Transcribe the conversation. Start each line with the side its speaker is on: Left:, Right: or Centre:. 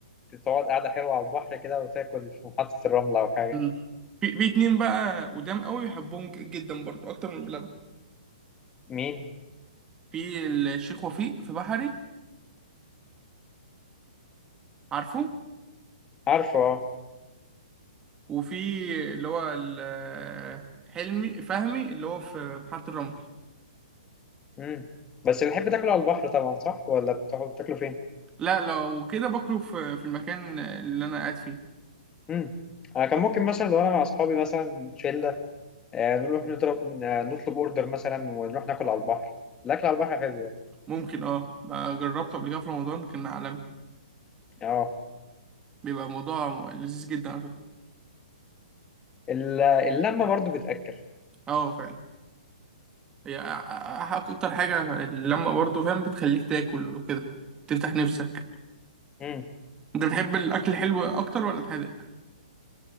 Left: تقعد قاعدة حلوة على البحر كده وتاكل في محطة الرمل أو حاجة
Right: أمم. في في اتنين بقى قدام قوي بحبهم ج- جدا برضه اكتر من بلبن
Left: مين
Right: في الشيخ وفيق في بحري عارفه
Left: عارفه اه
Right: وفي اللي هو ال- حلمي فهمي اللي هو في محطة الرمل
Left: امم بس بتحب تاكله على البحر طبعا صح ولا بتقعد تاكله فين
Right: لا لو كده باكله في في المكان اللي انا قاعد فيه
Left: امم أنا كان ممكن مثلا لو أنا مع أصحابي مثلا شلة آه، نروح نضرب آه، نطلب أوردر مثلا ونروح ناكل على البحر الأكل على البحر حلو برضه.
Right: ممكن اه بقى جربته قبل كده في رمضان كان عالمي
Left: اه
Right: بيبقى موضوع لذيذ جدا على فكرة
Left: ال- اللمة برضو بتأكل
Right: اه فعلا هي أ- أ- اكتر حاجة لما برضه فاهم بتخليك تاكل وكده تفتح نفسك
Left: امم
Right: انت بتحب الاكل الحلو اكتر ولا الحادق